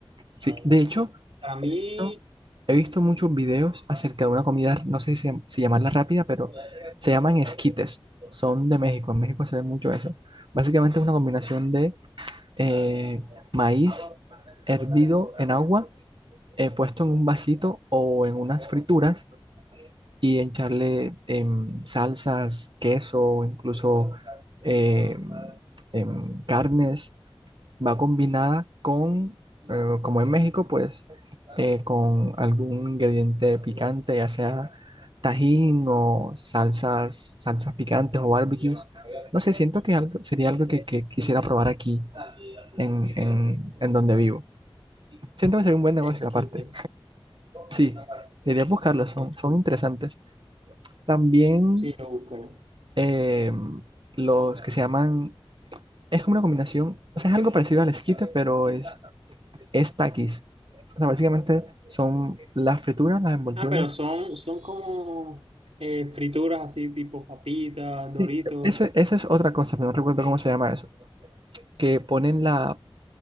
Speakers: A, on the right (about 55°); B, on the right (about 85°).
A: Sí, de hecho,
B: Para mí,
A: he visto, he visto muchos videos acerca de una comida, no sé si, se- si llamarla rápida, pero se llaman esquites. Son de México, en México se ve mucho eso. Básicamente es una combinación de eh, maíz hervido en agua, eh, puesto en un vasito o en unas frituras y echarle em, salsas, queso, incluso em, em, carnes va combinada con, eh, como en México, pues eh, con algún ingrediente picante, ya sea tajín o salsas, salsas picantes o barbecues. No sé, siento que algo, sería algo que, que quisiera probar aquí en, en, en donde vivo. Siento que sería un buen negocio
B: esquites.
A: aparte. Sí, deberías buscarlos, son,
B: Esquites.
A: son interesantes. También
B: Sí, lo buscaré.
A: eh, los que se llaman, es como una combinación, o sea, es algo parecido al esquite, pero es es Takis. O sea, básicamente son las frituras, las envolturas.
B: Ah, pero son, son como eh, frituras así tipo papitas, Doritos.
A: Sí, ese- esa es otra cosa, pero no recuerdo cómo se llama eso. Que ponen la,